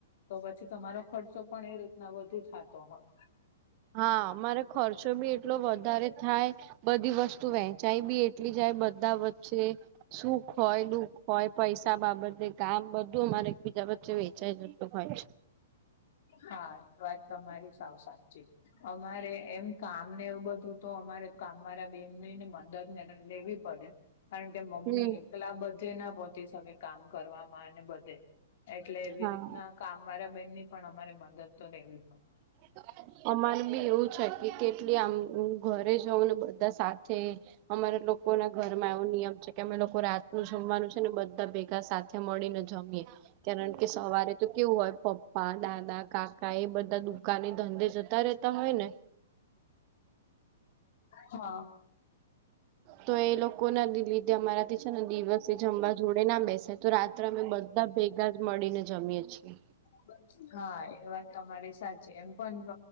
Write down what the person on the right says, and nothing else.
હા મામારે ખર્ચો બી એટલો વધારે થાય? બધી વસ્તુ વહેંચાય બી એટલી જાય બધા- છે સુખ હોય દુખ હોય પૈસા બાબતે કામ બધું અમારે- બજ વચે વેચાય છે તોય-
હમ
હા
હ તો- અમારે બી એવું છે કે કેટલી આમ ઘરે જઉ ને બધા સાથે અમારે લોકો- લોકો ના ઘરમાં એવો નિયમ છે કે અમે લોકો રાત નું જમવાનું છે ને બધા ભેગા સાથે મળીને- જમી કારણ કે સવારે તો કેવું હોય પપ્પા દાદા કાકા એ બધા દુ- કાની ધંધે જતા રહેતા હોય ને-
તો એ લોકો ના દ લીધે અમારાથી છે ને દિવસે જમવા જોડે ના બેસે તો રાત્રે- અમે બધા ભેગા જ મળીને જમીએ છીએ-